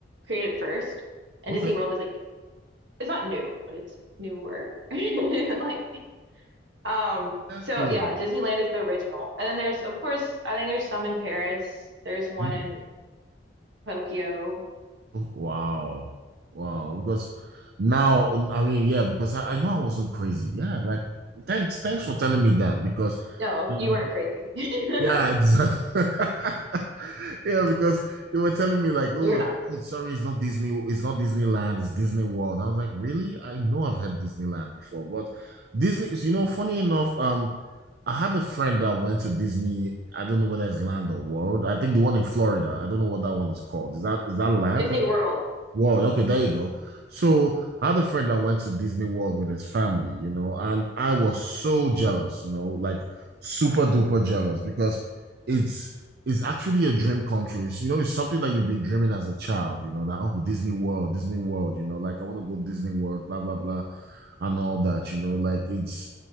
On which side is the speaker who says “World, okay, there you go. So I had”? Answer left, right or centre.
Right